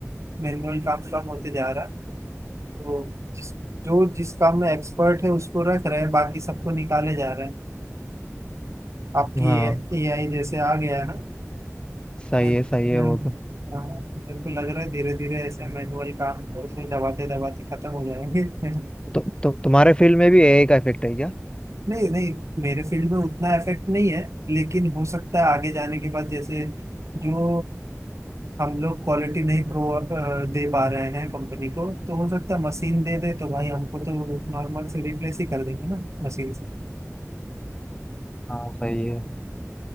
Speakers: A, on the right; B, on the left.
A: मैनुअल काम कम होते जा रहा है तो जिस- जो जिस काम में एक्सपर्ट है उसको रख रहे हैं बाकी सबको निकाले जा रहे हैं आपकी
B: हाँ
A: एआई जैसे आ गया है ना
B: सही
A: मेरे
B: है सही है
A: मेरे
B: वो तो,
A: हाँ, मेरे को लग रहा है धीरे धीरे ऐसे मैनुअल काम होते दबाते दबाते खत्म हो जाएंगे <laughs>
B: तो, तो तुम्हारे फील्ड में भी एआई का इफेक्ट है क्या
A: नहीं नहीं मेरे फील्ड में उतना इफेक्ट नहीं है लेकिन हो सकता है आगे जाने के बाद जैसे जो हम लोग क्वालिटी नहीं प्रो अ, दे पा रहे हैं कंपनी को तो हो सकता है मशीन दे दे तो भाई हमको तो नॉर्मल से रिप्लेस ही कर देंगे ना मशीन से
B: हाँ सही है